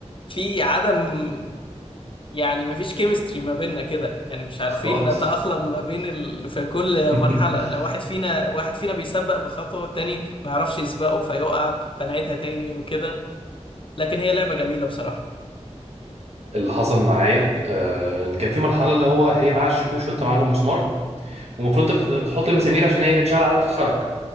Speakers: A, on the left (about 45°); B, on the right (about 60°).
A: في عدم يعني مفيش كيمستري ما بيننا كده يعني مش عارفين
B: خالص
A: نتأقلم ما بين ال... في كل
B: <laughs>
A: مرحلة لو واحد فينا واحد فينا بيسبق بخطوة والتاني ما يعرفش يسبقه فيقع فنعيدها تاني وكده لكن هي لعبة جميلة بصراحة
B: اللي حصل معايا آه، ان كان في مرحله اللي هو هي معاها الشاكوش وانت معاك المسمار ومفروض انت بت- بتحط المسامير عشان هي تتشعل عليها وتتحرك